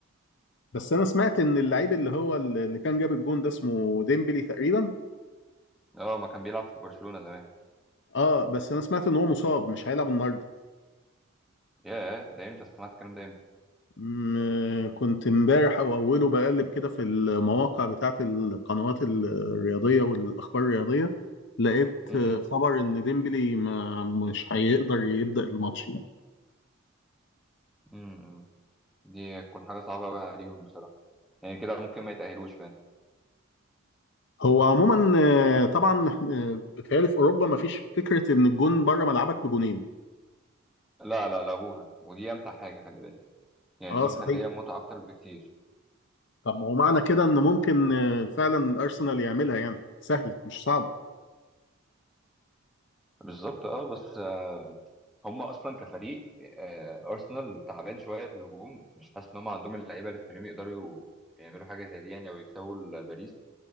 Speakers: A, on the left; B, in the centre.
A: بس انا سمعت ان اللعيب اللي هو اللي كان جاب الجون ده اسمه ديمبلي تقريبا
B: اه ما كان بيلعب في برشلونه زمان
A: اه بس انا سمعت ان هو مصاب مش هيلعب النهارده
B: ياه ده امتى سمعت الكلام ده امتى
A: م- كنت امبارح او اوله بقلب كده في المواقع بتاعت القنوات الرياضيه والاخبار الرياضيه لقيت
B: امم
A: آه، خبر ان ديمبلي ما مش هيقدر يبدا الماتش يعني
B: امم دي تكون حاجه صعبه قوي عليهم بصراحه يعني كده ممكن ما يتاهلوش فعلا
A: هو عموما آه، طبعا آه، بيتهيألي في اوروبا ما فيش فكره ان الجون بره ملعبك بجونين
B: لا لا لغوها ودي امتع حاجه خلي بالك يعني
A: اه
B: دي
A: صحيح
B: مخليه متعه اكتر بكتير
A: طب ما هو معنى كده ان ممكن آه، فعلا الارسنال يعملها يعني سهله مش صعبه
B: بالظبط اه بس آه، هم اصلا كفريق آه، ارسنال تعبان شويه في الهجوم مش حاسس ان هم عندهم اللعيبه اللي تخليهم يقدروا يعملوا حاجه زي دي يعني او يكسبوا ال- باريس